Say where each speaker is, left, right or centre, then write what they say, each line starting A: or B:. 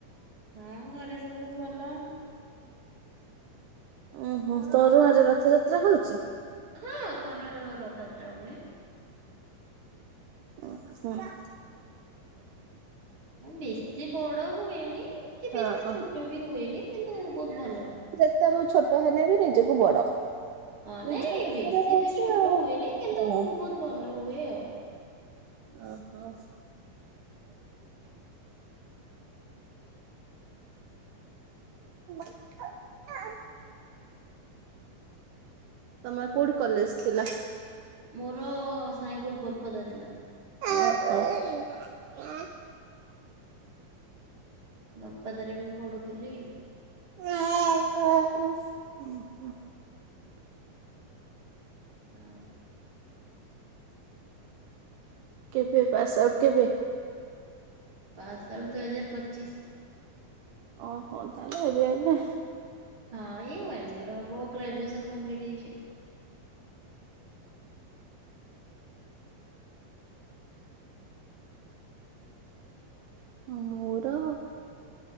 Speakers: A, on the right (about 40°); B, on the right (about 75°).
A: ହଁ ଘରେ ସବୁ ଭଲ।
B: ଓହ। ତରୁଆଁ ରେ ରଥଯାତ୍ରା ହଉଛି?
A: ହଁ ତରୁଆଁ ରେ ଆମର ରଥଯାତ୍ରା ହୁଏ।
B: ଓ ହଁ।
A: ବେଶୀ ବଡ ହୁଏନି କି
B: ହଁ।
A: ବେଶୀ ଛୋଟ ବି ହୁଏନି କିନ୍ତୁ ବୋହୁତ୍ ଭଲ ହୁଏ।
B: ଯେତେବି ଛୋଟ ହେନେବି ନିଜକୁ ବଡ।
A: ହଁ
B: ନିଜ
A: ନାଇଁ
B: ଗାଁରେ
A: ବେଶୀ
B: ହଉଚି
A: ବି ଛୋଟ
B: ଆଉ।
A: ହୁଏନି କିନ୍ତୁ
B: ହଁ।
A: ବୋହୁତ ଭଲ ହୁଏ ଆଉ।
B: ଓହୋ। <unintelligible> ତମର କୋଉଠି କଲେଜ ଥିଲା?
A: ମୋର ସାାଇଁକୁଳୁ ବରପଦା ଥିଲା।
B: <unintelligible>
A: ବରପଦାରେ ମୁଁ ପଢୁଥୁଲି।
B: <unintelligible>
A: ଆଉ
B: କେବେ ପାସ୍ ଆଉଟ୍ କେବେ?
A: ପାସ୍ ଆଉଟ୍ ଦୁଇହଜାର ପଚିଶ।
B: ଓହୋ ତାହେଲେ ଏବେ ଏବେ।
A: ହଁ ଏଇ ୱାନ୍ ଇଅର ହବ ଗ୍ରାଜୁଏସନ୍ କମ୍ପଲିଟ୍ ହେଇଚି।
B: ହଁ ମୋର